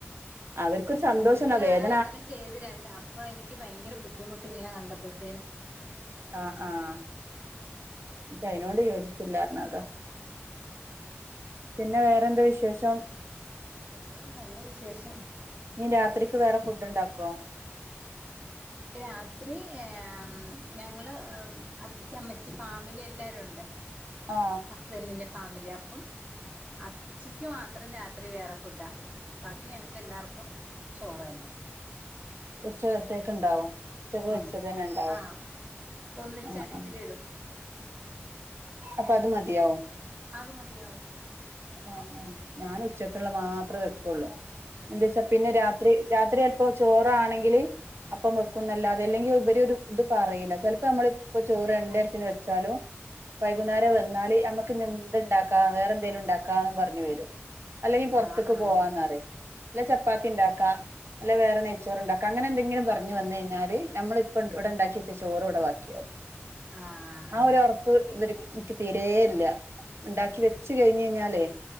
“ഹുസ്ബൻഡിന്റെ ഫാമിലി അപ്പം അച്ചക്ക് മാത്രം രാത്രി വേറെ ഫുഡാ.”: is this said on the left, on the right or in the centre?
Right